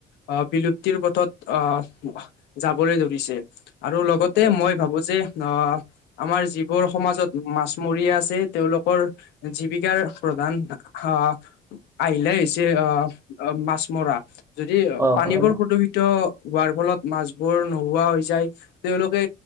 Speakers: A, on the left; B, on the right.
A: অ', বিলুপ্তিৰ পথত অ'। যাবলৈ ধৰিছে, আৰু লগতে
B: অ
A: মই ভাবো যে অহ আমাৰ যিবোৰ সমাজত মাছমৰীয়া আছে, তেওঁলোকৰ জীৱিকাৰ প্ৰধান আ আহিলাই হৈছে আহ মাছ মৰা। যদি
B: অ
A: পানীবোৰ
B: হয়
A: প্ৰদূষিত হোৱাৰ ফলত মাছবোৰ নোহোৱা হৈ যায়। তেওঁলোকে